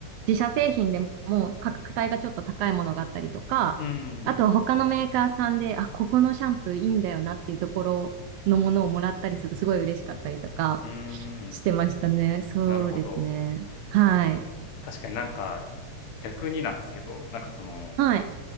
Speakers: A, on the right (about 85°); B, on the left (about 70°).
A: 自社製品でも価格帯がちょっと高いものがあったりとか、
B: うん。うんうんうん。
A: あとは他のメーカーさんで、あ、ここのシャンプーいいんだよなっていうところのものをもらったりするとすごい嬉しかったりとか
B: うーん。
A: してましたね。そうですね。
B: なるほど。
A: はい。
B: や、確かになんか、逆になんですけど、なんかその、
A: はい。